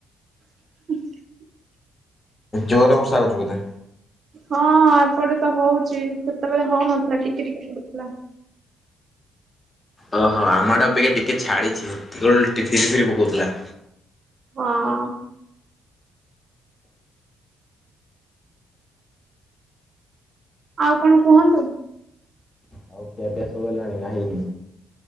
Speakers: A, on the right; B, on the left.
A: ହ <unintelligible>
B: ଜୋରେ ବର୍ଷା ହେଉଛି ବୋଧେ?
A: ହଁ ଏପଟେ ତ ହଉଚି ସେତେବେଳେ ହଉନଥିଲା ଟିକେ ଟିକେ ପଡୁଥିଲା।
B: ଓହୋ ଆମ ଆଡ଼େ ଅବିକା ଟିକେ ଛାଡିଛି ହେତେଳୁ ଟିକେ ଟିକେ ପାଉଥିଲା।
A: ଆଁ। ଆଉ କଣ କୁହନ୍ତୁ?
B: ଆଉ ଖିଆ ପିଆ ସବୁ ହେଲାଣି ନା ହେଇନି?